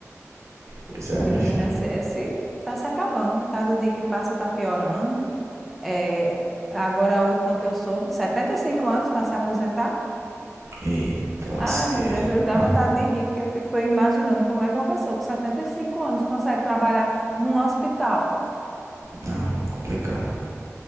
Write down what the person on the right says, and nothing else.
Pois é, minha
filha.
Eita lasqueira.
Ah,
não, complicado.